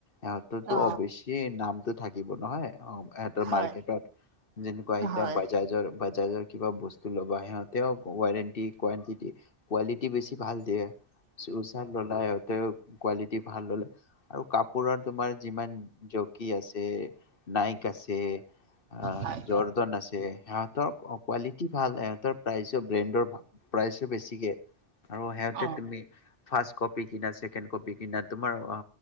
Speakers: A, on the left; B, on the right.
A: ইহঁতৰো
B: অ
A: অৱশ্যে নামতো থাকিব নহয় অ ইহঁতৰ
B: হয়
A: মাৰ্কেটত যেনেকুৱা এতিয়া
B: হয়
A: বাজাজৰ বাজাজৰ। কিবা বস্তু ল'বা সিহঁতে ৱাৰেণ্টি কোৱণ্টিটি কোৱালিটি বেছি ভাল দিয়ে? চচাৰ ললাই সিহঁতেও কোৱালিটি ভাল ললে আৰু কাপোৰৰ তোমাৰ যিমান জকি আছে নাইক আছে? অ
B: হয়
A: জৰ জৰ ন আছে হাত। সহঁতৰ কোৱালিটি ভালহঁতৰ প্ৰাইচো ব্ৰেণ্ডৰাল প্ৰাইচো বেছিকে? আৰু সিহঁতে
B: অ
A: তুমি। ফাৰ্ষট কপি কিনা ছেকেণ্ড কপি কিনা তোমাৰ অ